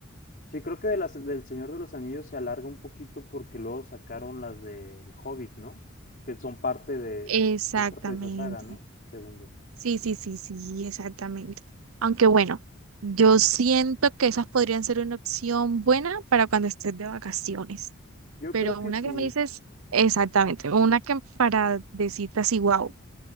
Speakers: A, on the left; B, on the right.
A: Sí, creo que de las, del Señor de los Anillos se alarga un poquito porque luego sacaron las del Hobbit, ¿no? Que son parte de,
B: Exactamente.
A: son parte de esa saga, ¿no? Según yo.
B: Sí, sí, sí, sí, exactamente. Aunque bueno, yo siento que esas podrían ser una opción buena para cuando estés de vacaciones.
A: Yo
B: Pero
A: creo que
B: una
A: sí.
B: que me dices, exactamente, una que para decirte así, wow,